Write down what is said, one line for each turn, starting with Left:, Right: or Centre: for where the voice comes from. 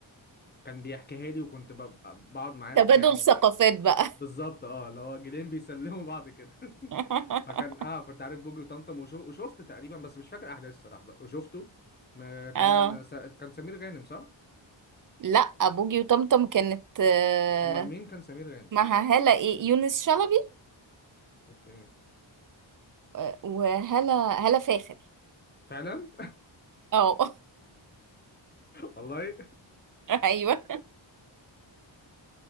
Left: كان بيحكيها لي وكنت ببقى- بقعد معاه
Right: تبادل
Left: يعني
Right: ثقافات بقى
Left: بالظبط اه اللي هو جيلين بيسلموا بعض كده <laughs>
Right: <laughs>
Left: فكان اه كنت عارف بوجي وطمطم وشو... وشفت تقريبا بس مش فاكر احداث الصراحه بقى. وشفته ما كان
Right: اه
Left: س... كان سمير غانم صح؟
Right: لا بوجي وطمطم كانت آه،
Left: امال مين كان سمير غانم؟
Right: معها هالة ايه يونس شلبي
Left: اوكي
Right: آه، وهالة هالة فاخر
Left: فعلا
Right: اه
Left: <laughs> والله
Right: <laughs> ايوه